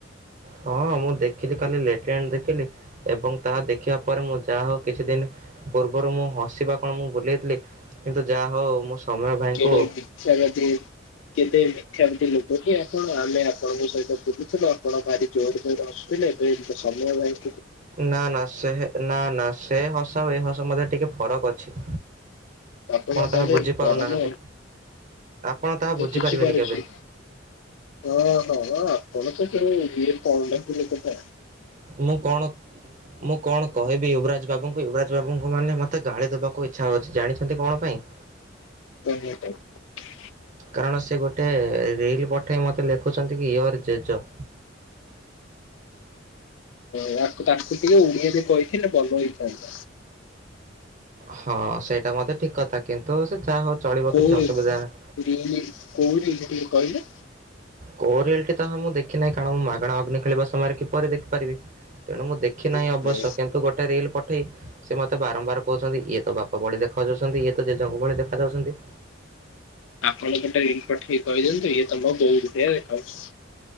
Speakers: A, on the right; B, on the left.
A: ହଁ ମୁଁ ଦେଖିଲି କାଲି ଲେଟ୍ରେ ଦେଖିଲି ଏବଂ ତାହା ଦେଖିବା ପରେ ମୁଁ ଯାହା ହଉ କିଛି ଦିନ ପୂର୍ବରୁ ମୁଁ ହସିବା କଣ ମୁଁ ଭୁଲିଇଥିଲି କିନ୍ତୁ ଯାହା ହଉ ମୁଁ ସୌମ୍ୟ ଭାଇଙ୍କୁ
B: କେଡେ ମିଥ୍ୟାବାଦୀ କେତେ ମିଥ୍ୟାମିଥି ଲୋକ କି ଆପଣ ଆମେ ଆପଣଙ୍କ ସହିତ ବୁଲୁଥିଲ ଆପଣ ଭାରି ଜୋର ଜୋର ରେ ହସୁଥିଲେ ଏବେ ସମୟ ଭାଇ
A: ନା ନା ସେ ନା ନା ସେ ହସ ଏ ହସ ମଧ ରେ ଟିକେ ଫରକ ଅଛି।
B: ଆପଣ
A: ତାହା
B: କହଲେ
A: ବୁଝିପାରୁନାହାନ୍ତି।
B: କରମ
A: ଆପଣ ତାହା ବୁଝିପାରିବେନି
B: ବୁଝିପାରୁଛୁ
A: କେବେ
B: ହଁ ହଁ ଆପଣ ତେଣୁ ଇଏ କଣ ଟା କଥା।
A: ମୁଁ କଣ ମୁଁ କଣ କହିବି ୟୁବରାଜ ବାବୁ ୟୁବରାଜ ବାବୁଙ୍କୁ ମାନେ ମତେ ଗାଳି ଦବାକୁ ଇଚ୍ଛା ହଉଛି ଜାଣିଛନ୍ତି କଣ ପାଇଁ
B: <unintelligible>
A: କାରଣ ସେ ଗୋଟେ ରିଲ ପଠେଇ ମତେ ଲେଖୁଛନ୍ତି କି ୟୁ ଆର୍ ଜେଜ।
B: ୟାକୁ ତାକୁ ଟିକେ ଓଡିଆ ବି କହିଥିଲେ ଭଲ ହେଇଥାନ୍ତା।
A: ହଁ ସେଇଟା ମତେ ଠିକ କଥା କିନ୍ତୁ ସେ ଯାହା ହଉ ଚଳିବ
B: <unintelligible>
A: କିଛି ଅସୁବିଧା ନାହିଁ।
B: କିଏ କଇଲେ
A: କୋଉ ରିଲ ଟି ତ ହଁ ମୁଁ ଦେଖି ନାହିଁ କାରଣ ମୁଁ ମାଗଣା ଅଗ୍ନି ଖେଳିବା ସମୟରେ କିପରି ଦେଖିପାରିବି ତେଣୁ ମୁଁ ଦେଖି
B: ଓହୋ।
A: ନାହିଁ ଅବଶ୍ୟ କିନ୍ତୁ ଗୋଟେ ରିଲ ପଠେଇ ସେ ମତେ ବାରମ୍ବାର କହୁଛନ୍ତି ଇଏ ତ ବାପା ଭଳି ଦେଖ ଯାଉଛନ୍ତି ଇଏ ତ ଜେଜେଙ୍କ ଭଳି ଦେଖାଯାଉଛନ୍ତି।
B: ଆପଣ ଗୋଟାଏ ଲିଙ୍କ ପଠେଇକି କହିଦିଅନ୍ତୁ ଇଏ ତମ ବହୁ କୁ ଟିକିଏ ଦେଖା ଯାଉଛନ୍ତି